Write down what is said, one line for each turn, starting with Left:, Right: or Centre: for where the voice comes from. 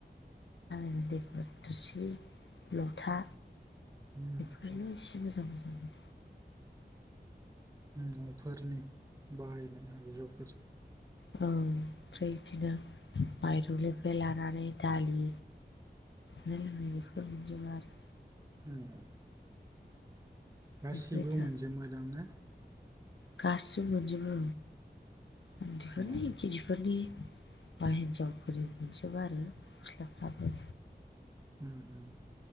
Left: <unintelligible> थोरसि, ल'था
Right: उम उम
Left: मानो इसे मोजां मोजां मोनोथाय
Right: उम न'फोरनि बाहायनाय आगजुफोर
Left: औ ओमफ्राय इदिनो माइरंनिफ्राय लानानै दालि जानाय लोंनाय बेफोर बायदिनो आरो।
Right: <unintelligible> गासिबो
Left: बेफोरथार
Right: मोनजोमो दां ना?
Left: गासिबो मोनजोबो औ <unintelligible>
Right: ए
Left: फोरनि बा हिनजावफोरनि मोनजोबो आरो गस्लाफ्राबो
Right: उम उम